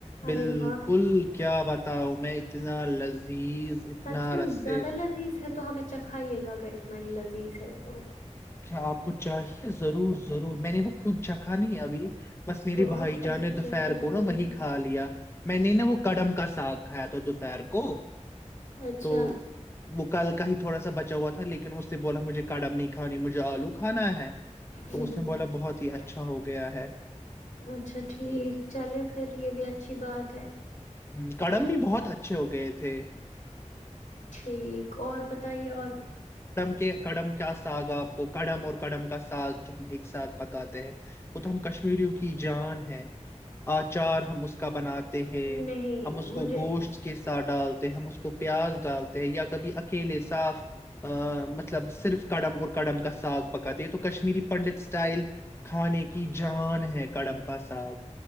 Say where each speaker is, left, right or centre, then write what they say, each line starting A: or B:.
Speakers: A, on the left; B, on the left.
A: بالکل
B: ارے واہ
A: کیا بتا ہوں میں اتنا ل پلیز اتنا
B: سچ میں
A: رس
B: زیادہ لذیذ ہے تو ہمیں چکھائیے گا اگر اتنا ہی لذیذ ہے تو
A: کیا آپ کو چاہیے ضرور ضرور میں نے وہ خود چکھا نہیں ابھی بس میری
B: تو
A: بھائی
B: آپ
A: جان
B: ایسے
A: نے دوپہر
B: کیسے
A: کو
B: بول
A: نا وہی
B: رہے
A: کھا لیا میں نے نا وہ کڑم کا ساگ کھایا تھا دوپہر کو <unintelligible>
B: اچھا
A: تو وہ کل کا ہی تھوڑا با ہوا تھا لیکن اس سے بولا مجھے کاڈم نہیں کر مجھے آلو کھانا ہے
B: ہ
A: تو اس نے بولا بہت ہی
B: ہ
A: اچھا ہو گیا ہے
B: اچھا ٹھیک چلے پھر یہ بھی اچھی بات ہے
A: ہ کڑم بھی بہت اچھے ہو گئے تھے
B: ٹھیک اور بتائیے اور
A: کہ کڑم کیا ساگ ہے آپ کو کڑم اور کڑم کا ساگ جو ہم ایک ساتھ پکاتے ہیں وہ تو ہم کشمیریوں کی جان ہے آچار ہم اس کا بناتے ہیں
B: نہیں
A: ہم اس کو
B: مجھے
A: گوشت کے ساتھ ڈالتے ہیں ہم اس کو پیاز ڈالتے ہیں یا کبھی اکیلے صاف ا مطلب صرف کڑم اور کڑم کا ساگ پکاتی ہے تو کشمیری پنڈت اسٹائل کھانے کی جان ہے کڑم کا ساگ